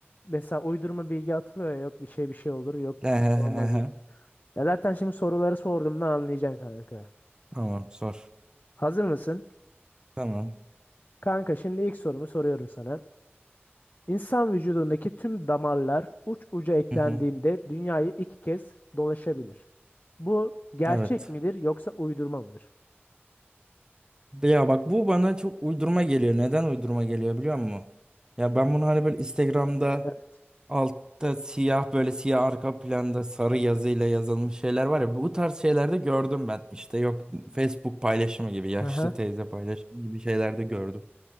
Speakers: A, on the left (about 50°); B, on the right (about 20°).
A: Mesela uydurma bilgi atılıyor ya, yok bir şey bir şey olur yok
B: Ehe,
A: olmaz
B: ehe.
A: gibi. Ya zaten şimdi soruları sorduğumda anlayacaksın kanka.
B: Tamam sor.
A: Hazır mısın?
B: Tamam.
A: Kanka şimdi ilk sorumu soruyorum sana. İnsan vücudundaki tüm damarlar uç uca eklendiğinde
B: Hı hı.
A: dünyayı iki kez dolaşabilir. Bu gerçek
B: Evet.
A: midir yoksa uydurma mıdır?
B: Ya bak bu bana çok uydurma geliyor. Neden uydurma geliyor biliyor musun? Ya ben bunu hani böyle Instagram'da
A: Evet.
B: altta siyah böyle siyah arka planda sarı yazıyla yazılmış şeyler var ya bu tarz şeylerde gördüm ben. İşte yok Facebook paylaşımı gibi yaşlı
A: Aha.
B: teyze paylaşımı gibi şeylerde gördüm.